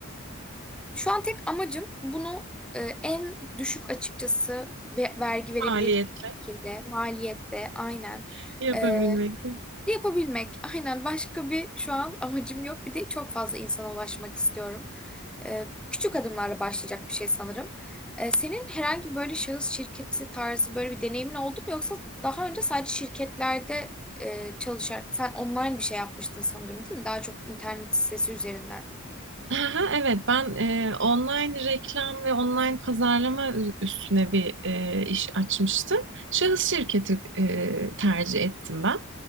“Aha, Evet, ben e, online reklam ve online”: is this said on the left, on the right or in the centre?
Right